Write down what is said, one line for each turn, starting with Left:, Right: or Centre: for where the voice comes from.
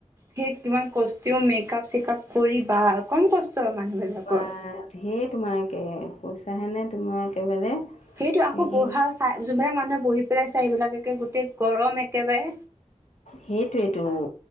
Right: সেই কিমান কষ্ট তেওঁ মেকআপ চেকআপ কৰি বা কষ্ট হয় মানুহবিলাকৰ
Left: বা ধেৰ তোমাৰ একে পইচাহে নে তোমাৰ একেবাৰে।
Right: সেইটোৱে আকৌ
Left: এই
Right: বহা চাই যোনবিলাক মানুহে বহি পেলাই চাই সেইবিলাক একে গোটেই গৰম একেবাৰে।
Left: সেইটোৱেইটো।